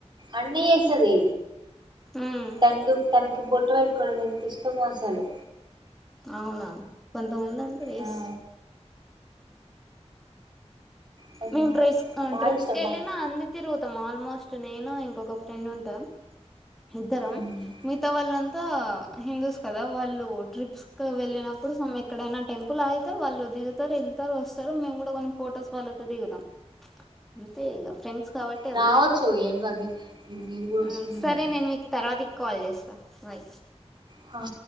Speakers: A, on the right; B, in the centre.
A: అన్నీ వేస్తుంది
B: ఉమ్
A: తండు తనకి బొటు పెట్టుకోవడం ఎంత ఇష్టమో అసలు
B: అవునా కొంతమంది అంటారు
A: ఆ
B: ఎస్
A: తనకి
B: ని
A: బాగా
B: ట్రిస్
A: బాగా
B: ట్రిప్స్
A: ఇష్టం
B: కళ్లినా
A: మా
B: అందిరు మత్తం ఆల్మోస్ట్ నేను ఇంకొక ఫ్రెండ్ ఉంటా ఇద్దరం
A: ఉమ్
B: మిగతా వాళ్ళంతా హిందూస్ కదా వాళ్ళు ట్రిప్స్ క వెళ్ళినప్పుడు సమ్ ఎక్కడైనా టెంపుల్ ఆగితారు వాళ్ళు దిగుతారు వెళ్తారు వస్తారు మేము కూడా కొన్ని ఫొటోస్ వాళ్ళ ది కదా అంటే ఇ ఫ్రెండ్స్ కాబట్టి వెళ్తాం
A: దవచ్చో ఏం కాదు మేము కూడా వస్తున్నాం
B: ఉమ్, సరే
A: కదా.
B: నేను మీకు తర్వాతికి కాల్ చేస్తా బై్
A: అఓ